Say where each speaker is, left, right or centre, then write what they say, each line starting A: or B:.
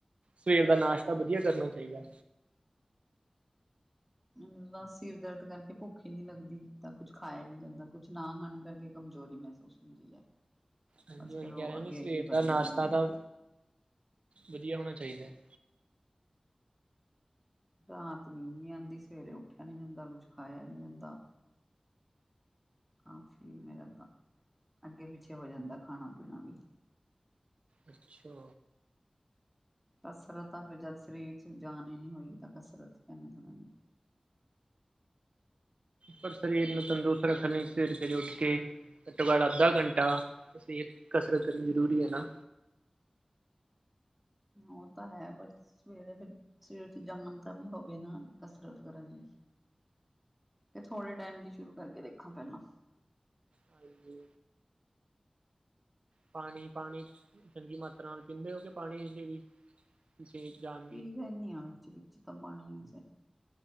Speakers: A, on the right (about 80°); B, in the centre.
A: ਸਵੇਰ ਦਾ ਨਾਸ਼ਤਾ ਵਧੀਆ ਕਰਨਾ ਚਾਹੀਦਾ।
B: ਇਹਨਾ ਸਿਰ ਦਰਦ ਕਰਕੇ ਭੁੱਖ ਹੀ ਨੀ ਲੱਗਦੀ ਤਾਂ ਕੁੱਛ ਖਾਇਆ ਨੀ ਜਾਂਦਾ ਕੁਛ ਨਾ ਖਾਣ ਕਰਕੇ ਕਮਜ਼ੋਰੀ ਮੈਂ ਹੁੰਦੀ ਹੈ।
A: ਹਾਂਜੀ
B: ਬਸ
A: ਉਹੀ
B: ਫੇਰ
A: ਕਹਿ
B: ਉਹ
A: ਰਹੇ
B: ਅੱਗੇ
A: ਵੀ ਸਵੇਰ
B: ਅੱਗੇ ਵੱਧਦਾ
A: ਦਾ ਨਾਸ਼ਤਾ
B: ਰਹਿੰਦਾ
A: ਤਾਂ ਵਧੀਆ ਹੋਣਾ ਚਾਹੀਦਾ ਹੈ।
B: ਰਾਤ ਨੀਂਦ ਨੀ ਆਉਂਦੀ, ਸਵੇਰੇ ਉੱਠਿਆ ਨੀ ਜਾਂਦਾ, ਕੁਛ ਖਾਇਆ ਨੀ ਜਾਂਦਾ। ਕਾਫੀ ਮੇਰਾ ਤਾਂ ਅੱਗੇ ਪਿੱਛੇ ਹੋ ਜਾਂਦਾ ਖਾਣਾ ਪੀਣਾ ਵੀ।
A: ਅੱਛਾ।
B: ਕਸਰਤ ਤਾਂ ਫਿਰ ਜਦ ਸਰੀਰ ਚ ਜਾਨ ਹੀ ਨੀ ਹੋਏਗੀ ਤਾਂ ਕਸਰਤ ਕਿਵੇਂ ਕਰਾਂਗੀ।
A: ਪਰ ਸਰੀਰ ਨੂੰ ਤੰਦਰੁਸਤ ਰੱਖਣ ਲਈ ਸਵੇਰੀ-ਸਵੇਰੀ ਉੱਠ ਕੇ ਘੱਟੋ-ਘੱਟ ਅੱਧਾ ਘੰਟਾ ਉਸੀ ਕਸਰਤ ਕਰਨੀ ਜ਼ਰੂਰੀ ਐ ਨਾ।
B: ਓ ਤਾਂ ਹੈ ਬਸ। ਸਵੇਰੇ ਫਿਰ ਸਵੇਰ 'ਚ ਜਮਨਮ ਕਾ ਵੀ ਹੋਵੇ ਨਾ ਕਸਰਤ ਕਰਨ ਲਈ। ਕੇ ਥੋੜ੍ਹੇ ਟਾਈਮ ਦੀ ਸ਼ੁਰੂ ਕਰਕੇ ਦੇਖਾ ਪਹਿਲਾਂ।
A: ਹਾਂਜੀ। ਪਾਣੀ-ਪਾਣੀ ਚੰਗੀ ਮਾਤਰਾ ਨਾ ਪੀਂਦੇ ਓ ਕੇ ਪਾਣੀ ਨੇ ਵੀ ਜੀ ਜਾਣ
B: ਪੀ ਲੈਣੀ ਆ‌ ਵਿੱਚ-ਵਿੱਚ ਤਾਂ ਪਾਣੀ ਵੈਸੇ।